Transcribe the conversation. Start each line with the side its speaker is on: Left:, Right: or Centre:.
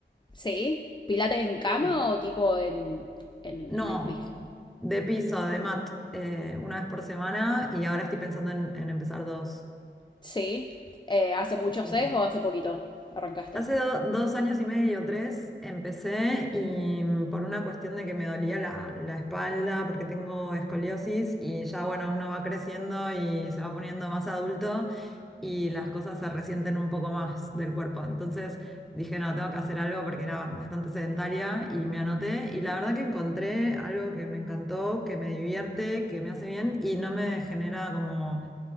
Left: ¿Sí? ¿Pilates en cama
Centre: Sí.
Left: o tipo en, en,
Centre: No,
Left: en el piso?
Centre: de piso, de mat, eh, una vez por semana y ahora estoy pensando en, en empezar dos.
Left: Sí. Eh, ¿hace mucho
Centre: Sí.
Left: sesgo o hace poquito arrancaste?
Centre: Hace do- dos años y medio, tres, empecé y mm, por una cuestión de que me dolía la, la espalda porque tengo escoliosis y ya bueno, uno va creciendo y se va poniendo más adulto y las cosas se resienten un poco más del cuerpo. Entonces dije, no, tengo que hacer algo porque era bastante sedentaria y me anoté y la verdad que encontré algo que me encantó, que me divierte, que me hace bien y no me genera como,